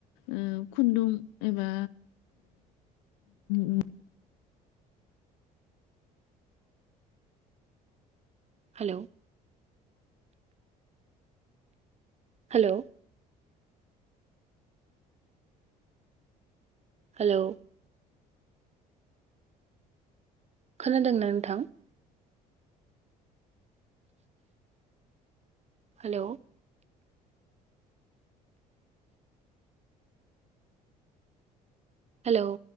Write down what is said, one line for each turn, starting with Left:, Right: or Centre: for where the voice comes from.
Left: ओ खुन्दुं एबा ओ
Right: हेलौ हेलौ हेलौ खोनादोंना नोंथां? Hello hello